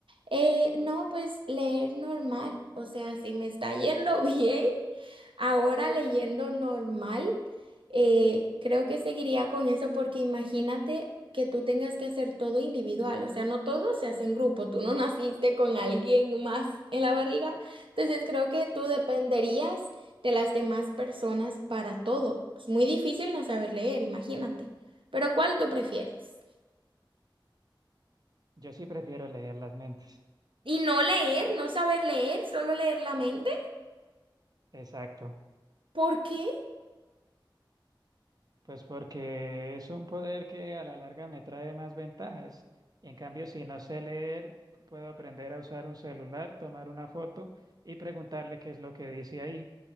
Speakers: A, on the right; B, on the right.
A: Eh, no, pues leer normal, o sea, si me está yendo <laughs> bien, Ahora leyendo normal, eh, creo que seguiría con eso porque imagínate que tú tengas que hacer todo individual, o sea, no todo se hace en grupo, tú no <laughs> naciste con alguien más en la barriga, entonces creo que tú dependerías de las demás personas para todo. Es muy difícil no saber leer, imagínate. Pero ¿cuál tú prefieres?
B: Yo sí prefiero leer las mentes.
A: Y no leer, no saber leer, solo leer la mente.
B: Exacto,
A: ¿Por qué?
B: pues porque es un poder que a la larga me trae más ventajas. En cambio, si no sé leer, puedo aprender a usar un celular, tomar una foto y preguntarle qué es lo que dice ahí.